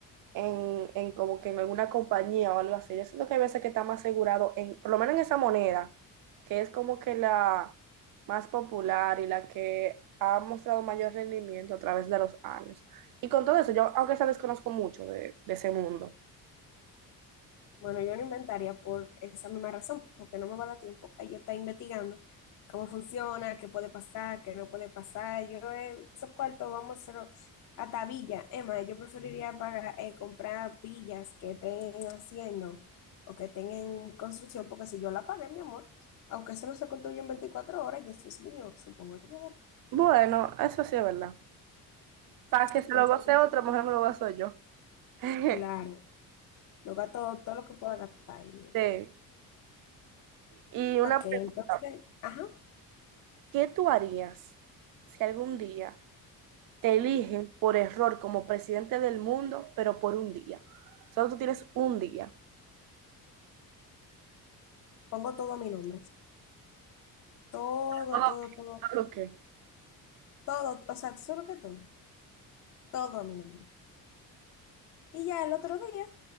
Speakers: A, on the right; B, on the left.
A: en, en como que en alguna compañía o algo así. Yo siento que hay veces que está más asegurado en, por lo menos en esa moneda, que es como que la más popular y la que ha mostrado mayor rendimiento a través de los años. Y con todo eso, yo aunque sea desconozco mucho de, de ese mundo.
B: Bueno, yo no inventaría por esa misma razón, porque no me va a dar tiempo para yo estar investigando cómo funciona, qué puede pasar, qué no puede pasar. Yo eh, esos cuartos vamos a hacerlo hasta villas. Emma, yo preferiría pagar, eh, comprar villas que estén haciendo o que estén en construcción, porque si yo la pagué, mi amor, aunque eso no se construye en 24 horas, y eso es mío, supongo yo, ¿verdad?
A: Bueno, eso sí es verdad. Para que
B: Entonces,
A: se lo goce otro, mejor me lo gozo yo. <laughs>
B: claro, lo gasto todo lo que pueda gastar ahí.
A: Este, Y una
B: Ok,
A: pregunta,
B: entonces, ajá,
A: ¿qué tú harías si algún día te eligen por error como presidente del mundo, pero por un día. Solo tú tienes un día.
B: pongo todo a mi nombre. Todo,
A: Ah,
B: todo, todo,
A: Ok.
B: todo, o sea, solo que todo, todo a mi nombre. Y ya el otro día